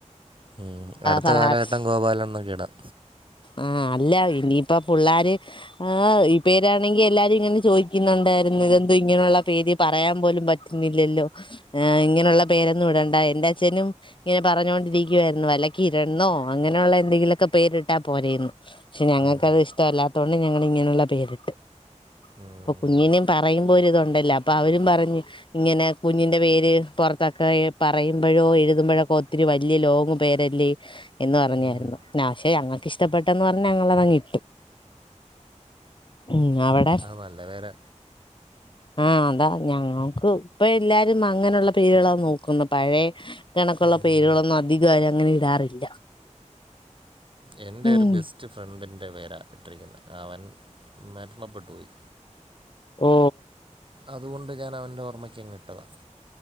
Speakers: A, on the right; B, on the left.
A: ഉം അടുത്ത
B: ഫർഹാസ്
A: കാലഘട്ടം ഗോപാലൻ എന്നൊക്കി ഇടാം
B: ആഹ് അല്ല ഇനിയിപ്പ പിള്ളേർ് ഈ പേരാണെങ്കി എല്ലാരും ഇങ്ങനെ ചോദിക്കുന്നുണ്ടായിരുന്നു ഇതെ ഇങ്ങനെയുള്ള പേര് പറയാൻ പോലും പറ്റുന്നില്ലല്ലോ ആ് ഇങ്ങനെയുള്ള പേരൊന്നും വിടണ്ട എന്റെ അച്ഛനും ഇങ്ങനെ പറഞ്ഞുകൊണ്ടിരിക്കുവായിരുന്നു വലയ്ക്ക ഇരുന്നോ അങ്ങനെയുള്ള എന്തെങ്കിലുമൊക്കെ പേരിട്ടാൽ പോനെയരുന്നു പക്ഷെ ഞങ്ങൾക്കത്
A: ഉം.
B: ഇഷ്ടമല്ലാത്ത കൊണ്ട് ഞങ്ങിങ്ങനെയുള്ള പേരിട്ട്
A: ഉം.
B: അപ്പൊ കുഞ്ഞിനും പറയുമ്പ പോോലും ഇതുണ്ടല്ല അപ്പൊ അവരും പറഞ്ഞു ഇങ്ങനെ കുഞ്ഞിന്റെ പേര് പുറത്തൊക്കെ പറയുമ്പ ഴ എഴുത്പഴ ഇത്തിരി വലിയ ലോങ്ങ് പേരല്ലേ എന്ന് പറഞ്ഞായിരുന്നുാക്ഷെ
A: ഉം,
B: ഞങ്ങൾക്ക് ഇഷ്ടപ്പെട്ടെന്ന് പറഞ്ഞഞ് ഞങ്ങൾതങ്ങി ഉ അവിടെ
A: അ നല്ലവേരെ
B: ആഹ അതാ ഞങ്ങക്ക് ഇപ്പ എല്ലാരും അങ്ങനെയുള്ള പേരുകളാ നോക്കുന്നത് പഴയ കണക്കുള്ള
A: ഉം,
B: പേരുകളൊന്നും അധികാര അങ്ങനെ ഇടാറില്ല
A: എൻന്റെറെ
B: ഉം
A: ഒരു ബെസ്റ്റ് ഫ്രണ്ടി്റെ പേര ഇട്ടിരിക്കുന്നത് അവൻ മരണപ്പെട്ടുപോയി
B: ഓ
A: അതുകൊണ്ട് ഞാൻ അവൻ്റെ ഓർമ്മയ്ക്കും കിട്ടതാണ്